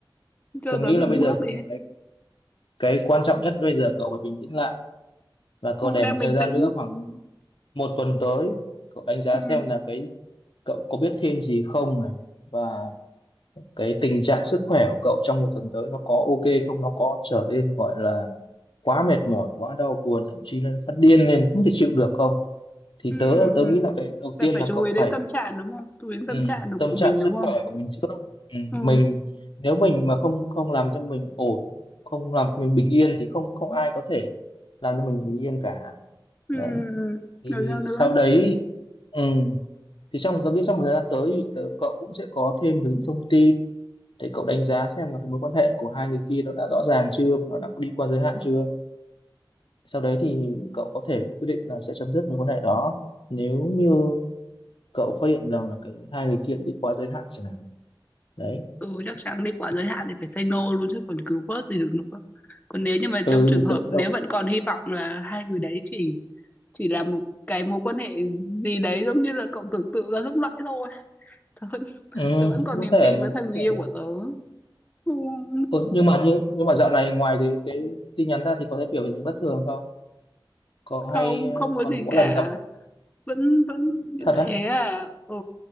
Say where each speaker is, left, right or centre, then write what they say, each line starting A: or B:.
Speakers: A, on the left; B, on the left.
A: cho
B: tôi nghĩ
A: tớ
B: là
A: từng
B: bây
A: bước
B: giờ
A: đi
B: cái cái quan trọng nhất bây giờ cậu phải bình tĩnh lại và cậu
A: ừ,
B: để
A: đang
B: một
A: bình
B: thời gian
A: tĩnh
B: nữa khoảng một tuần tới cậu đánh giá
A: ừ,
B: xem là cái cậu có biết thêm gì không này và cái tình trạng sức khỏe của cậu trong một tuần tới nó có ok không nó có trở nên gọi là quá mệt mỏi quá đau buồn thậm chí là phát điên lên không thể chịu được không thì
A: ừ.
B: tớ tớ nghĩ là cái đầu
A: là
B: tiên
A: phải
B: là
A: chú
B: cậu
A: ý đến
B: phải
A: tâm trạng đúng không chú ý đến tâm
B: ừ,
A: trạng đúng
B: tâm
A: của
B: trạng
A: mình đúng
B: sức
A: không
B: khỏe của mình trước ừ,
A: ừ,
B: mình nếu mình mà không không làm cho mình ổn không làm cho mình bình yên thì không không ai có thể làm cho mình được bình yên cả
A: ừ.
B: đấy
A: ừ.
B: thì
A: rồi sao nữa
B: sau đấy ừ, thì trong tớ nghĩ trong một thời gian tới thì tớ, cậu cũng sẽ có thêm được những thông tin để cậu đánh giá xem là cái mối quan hệ của hai người kia nó đã rõ ràng chưa và nó đã đi qua giới hạn chưa sau đấy thì cậu có thể quyết định là sẽ chấm dứt mối quan hệ đó nếu như cậu phát hiện rằng là cái hai người kia đã đi quá giới hạn chẳng hạn đấy
A: ừ chắc chắn đi quá giới hạn thì phải say no luôn chứ còn cứu vớt gì được nữa còn nếu như mà
B: ừ
A: trong trường
B: thì
A: hợp
B: tự
A: nếu
B: động
A: vẫn còn hy vọng là hai người đấy chỉ chỉ là một cái mối quan hệ gì đấy giống như là cậu tưởng tượng ra lúc nãy thôi <laughs> tớ vẫn,
B: ừ,
A: tớ vẫn còn
B: cũng
A: niềm
B: có thể
A: tin
B: mà
A: với thằng
B: cũng có
A: người
B: thể
A: yêu
B: mà
A: của tớ không
B: ừ, nhưng mà như nhưng mà dạo này ngoài cái cái tin nhắn ra thì có thể biểu hiện bất thường không có
A: không
B: hay ờ,
A: không
B: còn
A: có gì cả
B: mỗi lần gặp
A: vẫn vẫn như
B: thật á
A: thế à ừ